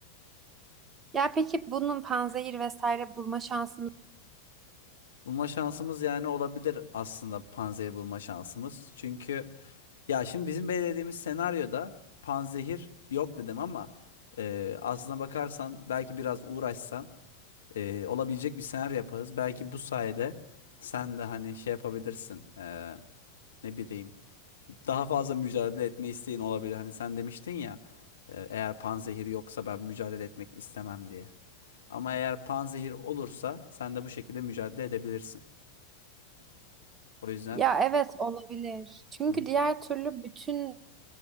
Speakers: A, on the right; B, on the left.
A: ya peki bunun panzehir vesaire bulma şansımız.
B: Bulma şansımız yani olabilir aslında panzehir bulma şansımız. Çünkü Ya şimdi bizim belirlediğimiz senaryoda panzehir yok dedim ama e, aslına bakarsan belki biraz uğraşsan e, olabilecek bir senaryo yaparız. Belki bu sayede sen de hani şey yapabilirsin e, ne bileyim daha fazla mücadele etme isteğin olabilir. Hani sen demiştin ya e, eğer panzehir yoksa ben mücadele etmek istemem diye. Ama eğer panzehir olursa sen de bu şekilde mücadele edebilirsin. O yüzden
A: Ya evet olabilir. Çünkü
B: Hı hı.
A: diğer türlü bütün